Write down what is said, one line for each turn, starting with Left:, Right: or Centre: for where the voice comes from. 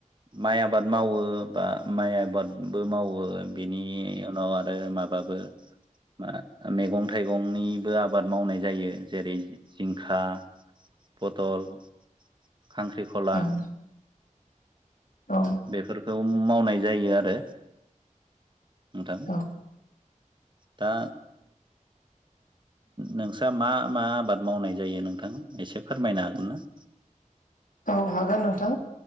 Right: माइ आबाद मावो बा माइ आबादबो मावो बेनि उनाव आरो मा बाबो मा- मैगं थाइगंनिबो आबाद मावनाय जायो जेरै जिंखा फथल खांख्रिखला
Left: हागोन औ
Right: बेफोरखौ मावनाय जायो आरो। नोंथां
Left: औ
Right: दा नोंस्रा मा मा आबाद मावनाय जायो नोंथां एसे फोरमायनो हागोन ना? <inaudible>
Left: औ हागोन नोंथां